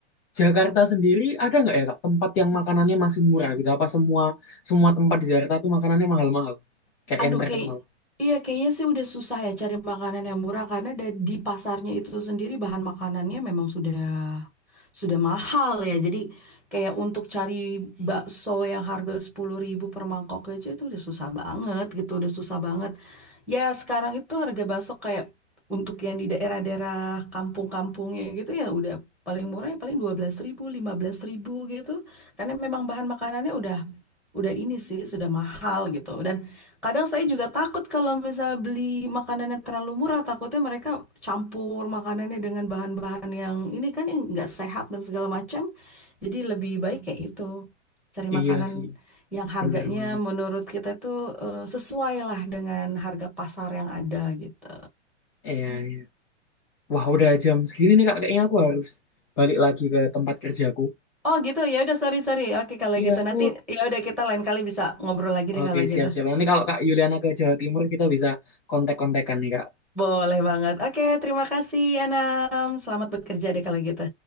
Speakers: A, on the left; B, in the centre.
A: Jakarta sendiri ada nggak ya Kak tempat yang makanannya masih murah gitu? Apa semua semua tempat di Jakarta tuh makanannya mahal-mahal? Kayak
B: Aduh,
A: yang terkenal.
B: kayak iya kayaknya sih udah susah ya cari makanan yang murah karena da- di pasarnya itu sendiri bahan makanannya memang sudah sudah mahal ya. Jadi kayak untuk cari bakso yang harga 10.000 per mangkok aja itu udah susah banget gitu, udah susah banget. Ya, sekarang itu harga bakso kayak untuk yang di daerah-daerah kampung-kampungnya gitu ya udah paling murah ya paling dua belas ribu lima belas ribu gitu. Karena memang bahan makanannya udah udah ini sih sudah mahal gitu. Dan Kadang saya juga takut kalau misal beli makanan yang terlalu murah, takutnya mereka campur makanannya dengan bahan-bahan yang ini kan yang nggak sehat dan segala macam. Jadi lebih baik kayak itu. Cari
A: Iya
B: makanan
A: sih,
B: yang harganya
A: bener banget.
B: menurut kita itu eh, sesuai lah dengan harga pasar yang ada gitu.
A: Iya, iya. Wah, udah jam segini nih Kak, kayaknya aku harus balik lagi ke tempat kerjaku.
B: Oh gitu, ya udah sorry sorry. Oke kalau
A: Iya,
B: gitu
A: aku
B: nanti ya udah kita lain kali bisa ngobrol lagi deh
A: Oke,
B: kalau
A: siap-siap.
B: gitu.
A: Nanti kalau Kak Yuliana ke Jawa Timur, kita bisa kontak-kontakan nih, Kak.
B: Boleh banget. Oke, terima kasih Anam. Selamat bekerja deh kalau gitu.